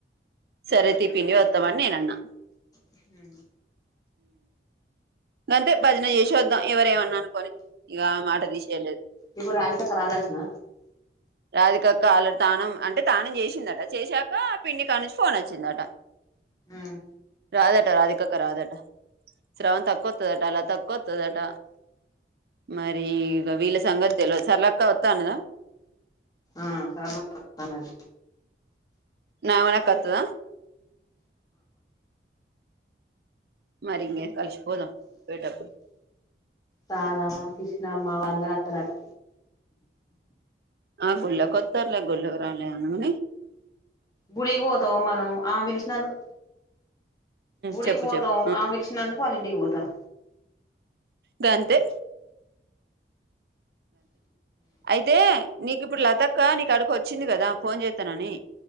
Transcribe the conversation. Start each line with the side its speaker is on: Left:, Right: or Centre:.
Right: సరే టిఫిన్కి వత్తం అని నేను అన్నా
Left: ఉమ్
Right: అంతే భజన చేసి వద్దాం ఎవరేమన్నా అనుకొని ఇగా మాట తీసేయలేదు.
Left: ఇప్పుడు రాధిక అక్క రాదంటన.
Right: రాధికక్క వాళ్ళ తానం అంటే తానం చేసిందట చేశాక పిన్ని కాడ నుంచి ఫోన్ వచ్చిందట
Left: ఉమ్
Right: రాదట రాధికక్క రాదట శ్రావంతి అక్క వత్తదంట లత అక్క వత్తదంట మరి ఇక వీళ్ళా సంగతి తెల్వదు సరళక్క వత్తా అన్నదా.
Left: ఆహ్ సరళ అక్క వస్తన్నది.
Right: నా వెనక వత్తదా. మరి ఇంగేం కలిసిపోదాం పోయేటప్పుడు.
Left: రాధా కృష్ణమ్మా వాళ్లందరా. వత్తరంటా.
Right: ఆహ్ గుళ్లోకి వత్తారులే గుళ్లోకి రాలేను అని కానీ.
Left: గుడికి పోతాం మనం ఆమె పిలిచినందుకు గుడికి
Right: చెప్పు
Left: పోతాం.
Right: చెప్పు
Left: ఆమె పిలిచినందుకు వాళ్ల ఇంటికి పోతాం.
Right: గంతే అయితే నీకు ఇప్పుడు లాక్. అక్క నీ కాడికి వచ్చింది కదా ఫోన్ చేస్తానని.